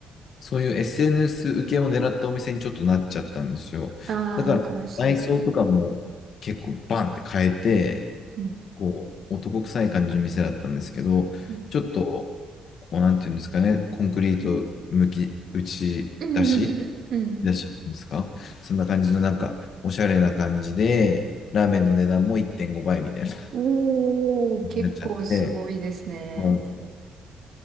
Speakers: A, on the left; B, on the right.
A: そういう SNS 受けを狙ったお店にちょっとなっちゃったんですよ。
B: あ、
A: だから、
B: ああ、悲しい。
A: 内装とかも結構バンって変えて、
B: うん。
A: こう、男臭い感じの店だったんですけど、
B: う
A: ちょっと、こう、なんていうんですかね、コンクリート向き、打ち出し
B: ん。<laughs> うん。
A: 出しっていうんですかそんな感じの、なんか、おしゃれな感じで、ラーメンの値段も1.5倍みたいな、
B: おー、結構すごいですね。
A: なっちゃって、そうなんですよ